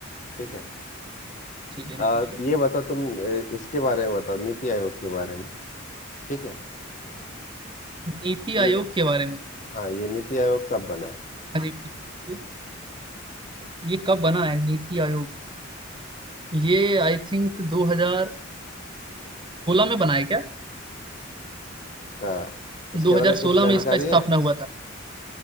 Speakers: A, on the left; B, on the right.
A: ठीक है
B: ठीक है जी
A: आ,
B: पूछिए
A: ये बताओ तुम अ, इसके बारे में बताओ नीति आयोग के बारे में ठीक है
B: नीति आयोग
A: ये
B: के बारे में
A: हाँ ये नीति आयोग कब बना
B: हाँ जी पूछिए ये कब बना है नीति आयोग ये आई थिंक 2016 में बना है क्या
A: हाँ इसके
B: 2016
A: बारे में कुछ जानकारी
B: में इसका स्थापना
A: है
B: हुआ था